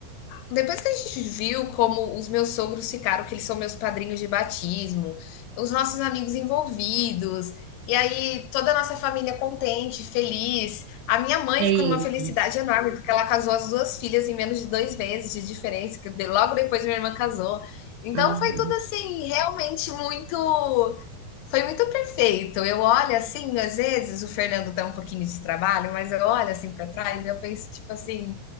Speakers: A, on the left; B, on the right.
A: depois que a gente viu como os meus sogros ficaram, que eles são meus padrinhos de batismo, os nossos amigos envolvidos, e aí toda a nossa família contente, feliz. A minha mãe
B: é
A: ficou
B: isso.
A: numa felicidade enorme, porque ela casou as duas filhas em menos de dois meses de diferença, que logo depois minha irmã casou. Então
B: Uhum.
A: foi tudo assim, realmente muito. Foi muito perfeito. Eu olho assim, às vezes o Fernando dá um pouquinho de trabalho, mas eu olho assim para trás e eu penso, tipo assim